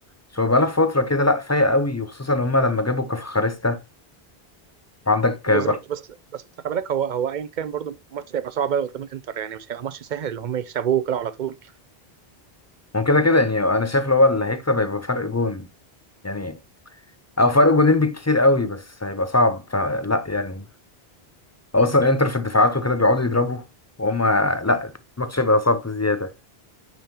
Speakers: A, on the left; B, on the right.
A: سو بقى لها فتره كده لا فايقه قوي وخصوصا هم لما جابوا كفخاريستا وعندك
B: بالظبط
A: آه، بر
B: بس بس خلي بالك هو هو أيا كان برضه الماتش هيبقى صعب أوي قدام الإنتر يعني مش هيبقى ماتش سهل اللي هم يكسبوه كده على طول
A: وكده كده يعني انا شايف اللي هو اللي هيكسب هيبقى فرق جون يعني او فرق جولين بالكتير قوي بس هيبقى صعب فلا يعني اصلا انتر في الدفاعات وكده بيقعدوا يضربوا وهم لا الماتش هيبقى صعب بزياده